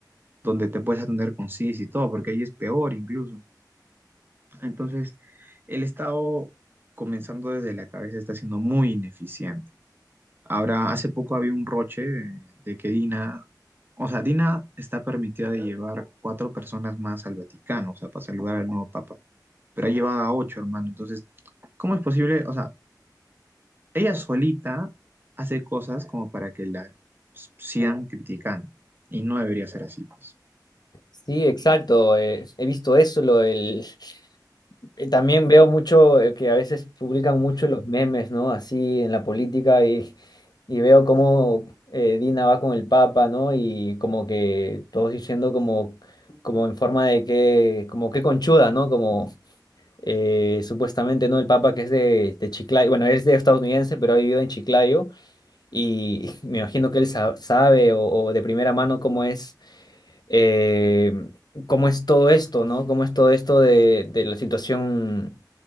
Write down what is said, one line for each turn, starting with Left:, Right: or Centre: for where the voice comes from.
Right: donde te puedes atender con CIS y todo, porque ahí es peor incluso. Entonces, el Estado, comenzando desde la cabeza, está siendo muy ineficiente. Ahora, hace poco había un roche de, de que Dina, o sea, Dina está permitida de llevar cuatro personas más al Vaticano, o sea, para saludar al nuevo Papa, pero ha llevado a ocho, hermano. Entonces, ¿cómo es posible? O sea, ella solita hace cosas como para que la sigan criticando, y no debería ser así, pues.
Left: Sí, exacto. eh, he visto eso, lo del- eh, También veo mucho eh, que a veces publican mucho los memes, ¿no? Así en la política y, y veo cómo eh, Dina va con el Papa, ¿no? Y como que todos diciendo como, como en forma de que, como que conchuda, ¿no? Como eh, supuestamente, ¿no? El Papa que es de, de Chiclayo, bueno, él es de estadounidense, pero ha vivido en Chiclayo y <laughs> me imagino que él sa- sabe o, o de primera mano cómo es, eh, cómo es todo esto, ¿no? Cómo es todo esto de, de la situación